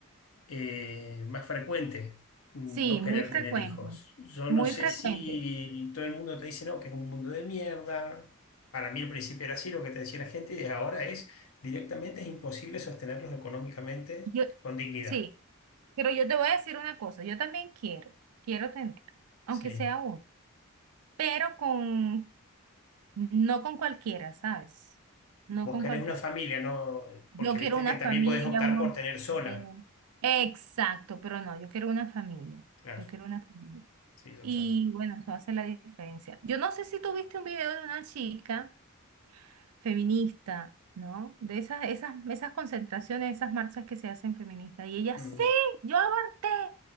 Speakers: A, on the left (about 65°); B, on the right (about 80°).
A: eh, más frecuente no
B: sí,
A: querer
B: muy frecuente,
A: tener hijos. Yo
B: muy
A: no sé
B: frecuente.
A: si todo el mundo te dice no, que es un mundo de mierda. Para mí al principio era así lo que te decía la gente y ahora es directamente es imposible sostenerlos económicamente
B: Yo,
A: con dignidad.
B: sí, pero yo te voy a decir una cosa, yo también quiero, quiero tener, aunque
A: Sí.
B: sea uno, pero con, no con cualquiera, ¿sabes? No
A: Vos
B: con
A: querés
B: cualquiera.
A: una familia, ¿no?
B: Yo
A: Porque
B: quiero
A: viste
B: una
A: que también
B: familia,
A: podés optar
B: un...
A: por tener sola.
B: hom- eh, Exacto, pero no, yo quiero una familia.
A: Claro.
B: Yo quiero una familia.
A: Sí, yo
B: Y
A: también.
B: bueno, eso hace la diferencia. Yo no sé si tuviste un video de una chica feminista, ¿no? De esas, esas, esas concentraciones, esas marchas que se hacen feministas. Y ella,
A: Mm.
B: sí, yo aborté.